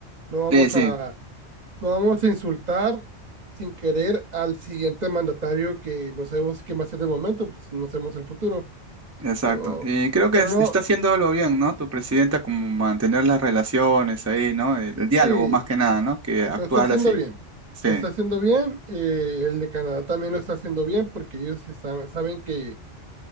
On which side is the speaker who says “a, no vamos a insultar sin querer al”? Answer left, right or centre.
Right